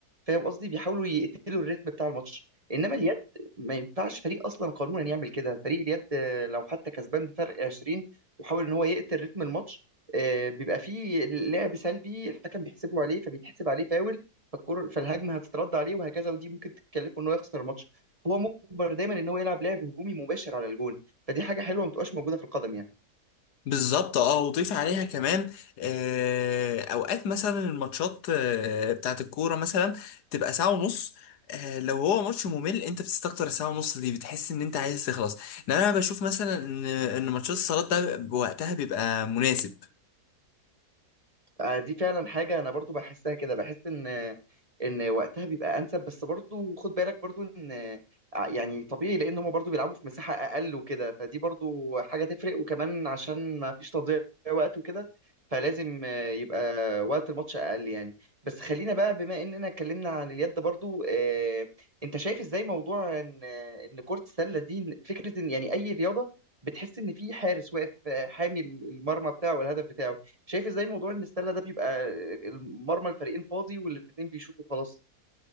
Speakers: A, on the right (about 20°); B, on the left (about 80°).
A: فاهم قصدي بيحاولوا يقتلوا الريتم بتاع الماتش انما اليد ما ينفعش فريق اصلا قانونا يعمل كده فريق اليد آه، لو حتى كسبان بفرق 20 وحاول ان هو يقتل رتم الماتش آه، بيبقى فيه لعب سلبي الحكم بيحسبه عليه فبيتحسب عليه فاول فالكور في الهجمه هتترد عليه وهكذا ودي ممكن تكلفه ان هو يخسر الماتش هو مجبر دايما ان هو يلعب لعب هجومي مباشر على الجون فدي حاجه حلوه ما بتبقاش موجوده في القدم يعني
B: بالظبط اه وضيف عليها كمان آه اوقات مثلا الماتشات آه بتاعت الكوره مثلا تبقى ساعه ونص آه لو هو ماتش ممل انت بتستكتر الساعه ونص دي بتحس ان انت عايز تخلص لان انا بشوف مثلا ان ان ماتشات الصالات ده بوقتها بيبقى مناسب
A: آه، دي فعلا حاجة أنا برضو بحسها كده بحس إن إن وقتها بيبقى أنسب بس برضو خد بالك برضو إن آه، يعني طبيعي لأن هما برضو بيلعبوا في مساحة أقل وكده فدي برضو حاجة تفرق وكمان عشان ما فيش تضييع وقت وكده فلازم آه، يبقى وقت الماتش أقل يعني بس خلينا بقى بما إننا اتكلمنا عن اليد برضو آه، أنت شايف إزاي موضوع إن إن كرة السلة دي فكرة إن يعني أي رياضة بتحس إن في حارس واقف آه، حامي المرمى بتاعه والهدف بتاعه شايف ازاي موضوع ان السله ده بيبقى المرمى الفريقين فاضي والاثنين بيشوطوا خلاص